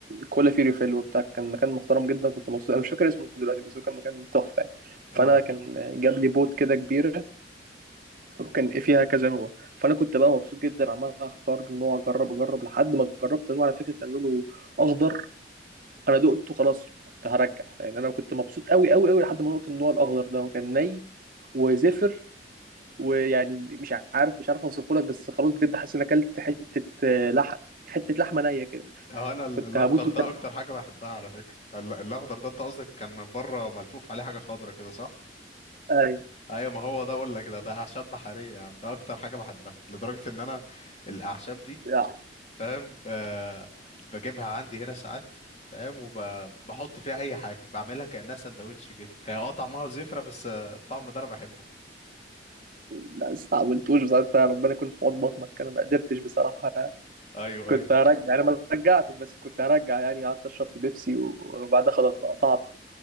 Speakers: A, on the right; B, on the left.
A: كل فيه ريفيل وبتاع كان مكان محترم جدا كنت مبسوط انا مش فاكر اسمه دلوقتي بس هو كان مكان تحفه يعني فانا
B: اه
A: كان جاب لي بوت كده كبيره وكان إيه فيها كذا نوع فانا كنت بقى مبسوط جدا عمال اختار نوع اجرب اجرب لحد ما جربت نوع على فكره كان لونه اخضر انا دقته خلاص كنت هرجع يعني انا كنت مبسوط قوي قوي قوي لحد ما نقطة النوع الاخضر ده وكان ني وزفر ويعني مش عارف مش عارف اوصفه لك بس خلاص بجد حاسس ان اكلت حته آه، لحم حته لحمه نيه كده
B: اه انا ال-
A: كنت
B: الاخضر
A: هموت
B: ده
A: وكان
B: اكتر حاجه بحبها على فكره ال- الاخضر ده انت قصدك كان من بره ملفوف عليه حاجه خضرا كده صح
A: ايوه
B: ايوه ما هو ده اقول لك ده ده اعشاب بحريه يا عم ده اكتر حاجه بحبها لدرجه ان انا الاعشاب دي
A: يعني
B: فاهم آه بجيبها عندي هنا ساعات فاهم وبحط فيها اي حاجه بعملها كانها سندوتش كده هي اه طعمها زفره بس آه، الطعم ده انا بحبه
A: ما استعملتوش بصراحه ربنا يكون في عون بطنك انا ما قدرتش بصراحه
B: ايوه
A: كنت
B: ايوه
A: هرجع يعني ما رجعتش بس كنت هرجع يعني قعدت اشرب في بيبسي و- وبعدها خلاص بقى قطعت